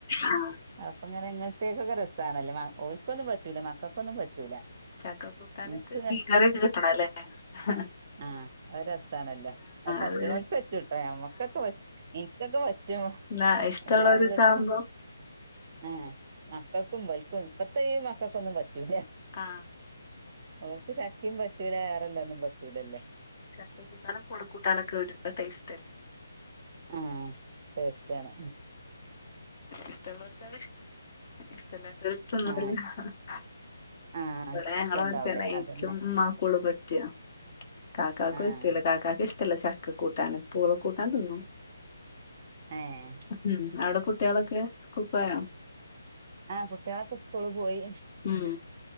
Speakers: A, on the left; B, on the right.
A: ആഹ്
B: അപ്പ ഇങ്ങനെ <unintelligible> രസ ണല്ലോ മ ഓൽക്കൊന്നും പറ്റൂല മക്കക്കൊന്നും പറ്റൂല
A: ചക്ക കൂട്ടാൻക്ക്
B: ഇൻക്ക്
A: മീൻകറിയൊക്കെ കിട്ടണല്ലേ അ
B: ആ അ രസാണല്ലോ അ പറ്റ്നോക്ക്
A: അത്
B: പറ്റുട്ടോ നമ്മക്കൊക്കെ പ ഇനിക്കൊക്കെ പറ്റും
A: ന്നാ ഇഷ്ടമള്ളോര്ണ്ടാവുമ്പോ
B: വേറെല്ലോൽക്കൊന്നും ആഹ് ആ മക്കക്കും ഇപൽക്കും ഇപ്പത്തി മക്കക്കൊന്നും പറ്റൂല്ല
A: ആഹ്
B: ഓൽക്ക് ചക്കിം പ <unintelligible> ഒന്നും പറ്റൂല്ലല്ലോ
A: ചക്ക കൂട്ടാനും പൂള കൂട്ടാനൊക്കെ ഒരു ടേസ്റ്റ്ല്ലേ
B: ആ ടേസ്റ്റാണ്
A: ഇഷ്ടല്ലോർക്ക <unintelligible> ഇഷ്ടല്ലാത്തോർ <unintelligible>
B: ആഹ് ആഹ്
A: ഇവിടെ ഞങ്ങള്
B: ഇഷ്ടണ്ടാവൂല
A: അങ്ങ് തന്നെ
B: അതന്നെ
A: ഇച്ചും ഇമ്മക്കൊള്ളൂ പറ്റ കാക്കക്കു
B: ആഹ്
A: ഇഷ്ടല്ല കാക്കാക്ക് ഇഷ്ടല്ല ചക്ക് <unintelligible> കൂട്ടാൻ പൂള കൂട്ടാൻ തിന്നും
B: ഏഹ്
A: ഉം അവിടെ കുട്ടിളൊക്കെ സ്കൂൾ പോയോ
B: ആഹ കുട്ടികളൊക്കെ സ്കൂള് പോയി
A: ഉം